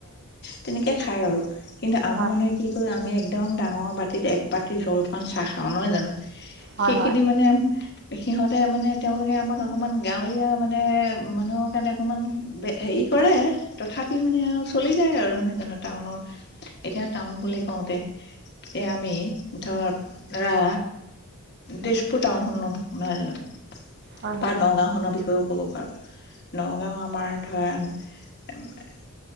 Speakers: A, on the left; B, on the right.
A: তেনেকে খায় আৰু। কিন্তু আমাৰ
B: হয়
A: মানুহে কি কৰে? আমি একদম ডাঙ অ', বাতিত এক বাতি জলপান চাহ খাওঁ নহয় জানো?
B: হয়
A: সেইখিনি মানে সিহঁত তে মানে তেওঁলোকে আমাক অকণমান গাঁৱলীয়া মানে মানুহৰ কাৰণে অকণমান হেৰি কৰে। তথা মানে আৰু চলি যায় আৰু নহয় জানো? টাউনৰ এতিয়া টাউন বুলি কওঁতে এতিয়া আমি ধৰ ৰা তেজপুৰ টাউন শুনো নহয় জানো?
B: হয় হয় হয় হয় হয় হয়
A: বা নগাঁওখনৰ বিষয়েও ক'ব পাৰো। নগাঁও আমাৰ ধৰা <unintelligible>